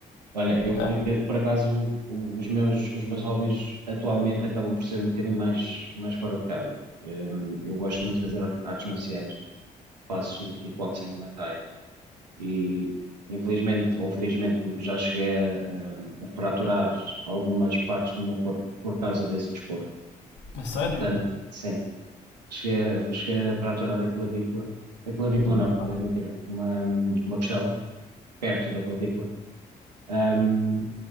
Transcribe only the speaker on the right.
Olha, eu por,
ac- por acaso o- os meus, os meus hobbies atualmente acabam por ser um bocadinho mais, mais fora de casa. Hum, eu gosto
muito de fazer ar- artes marciais, faço kickboxing e Muay Thai. E infelizmente ou felizmente já cheguei a, um, a fraturar algumas partes do meu corpo por causa desse desporto.
Portanto, sim, cheguei a, cheguei a fraturar a clavícula. A clavícula
não,
eh, mentira, uma, uma costela perto da clavícula, um,